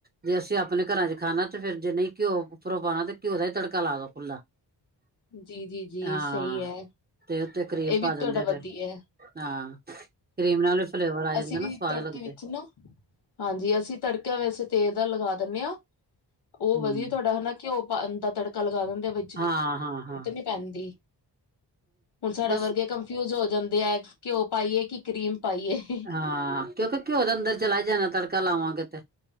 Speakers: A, on the right; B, on the left.
A: ਜੇ ਅਸੀਂ ਆਪਣੇ ਘਰਾਂ ਚ ਖਾਣਾ ਤੇ, ਫੇਰ ਜੇ ਨਹੀਂ ਘਿਓ ਉੱਪਰੋਂ ਪਾਉਣਾ ਤੇ ਘਿਓ ਦਾ ਹੀ ਤੜਕਾ ਲਾ ਦੋ ਖੁੱਲਾ।
B: ਜੀ ਜੀ ਜੀ
A: ਹਾਂ
B: ਸਹੀ ਹੈ।
A: ਤੇ ਉੱਤੇ ਕਰੀਮ
B: ਇਹ ਵੀ
A: ਪਾ ਦਿੰਦੇ
B: ਤੁਹਾਡਾ ਵਧੀਆ
A: ਨੇ।
B: ਹੈ
A: ਹਾਂ, ਕਰੀਮ ਨਾਲ ਵੀ ਫਲੇਵਰ ਆ। ਜਾਂਦਾ
B: ਚਲੇ,
A: ਨਾ ਸਵਾਦ
B: ਤੜਕੇ
A: ਲੱਗਦਾ
B: ਵਿੱਚ ਨਾ। ਹਾਂਜੀ। ਅਸੀਂ ਤੜਕਿਆ ਵੈਸੇ ਤੇਲ ਦਾ ਲਗਾ ਦਿੰਦੇ ਹਾਂ। ਉਹ
A: ਹੂੰ
B: ਵਧੀਆ ਤੁਹਾਡਾ ਹਨਾ। ਘਿਓ ਪਾਂਦਾ ਤੜਕਾ ਲਗਾ ਦਿੰਦੇ ਨੇ, ਵਿੱਚ
A: ਹਾਂ- ਹਾਂ- ਹਾਂ
B: ਕਹਿੰਦੀ। ਹੁਣ ਸਾਡੇ
A: ਬਸ
B: ਵਰਗੇ ਕੱ ਫਿਊਜ ਹੋ ਜਾਂਦੇ ਹੈ। ਘਿਓ ਪਾਈਏ, ਕਿ ਕਰੀਮ ਪਾਈਏ।
A: ਹਾਂ। ਕਿਉਂਕਿ ਘਿਓ ਦਾ ਅੰਦਰ ਚਲਾ ਹੀ ਜਾਣਾ ਤੜਕਾ ਲਾਵਾਂਗੇ ਤੇ